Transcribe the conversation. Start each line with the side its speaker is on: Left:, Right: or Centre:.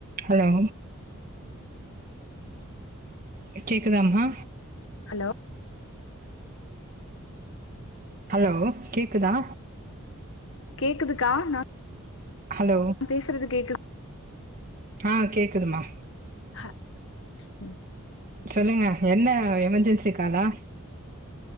Right: Hello அ கேக்குதாம்மா
Left: hello
Right: hello கேக்குதா
Left: கேக்குதுக்கா நா
Right: ஹலோ
Left: பேசுறது கேக்குது
Right: ஆ கேட்குதுமா
Left: ஹ ம்
Right: சொல்லுங்க என்ன எமெர்ஜென்சி காலா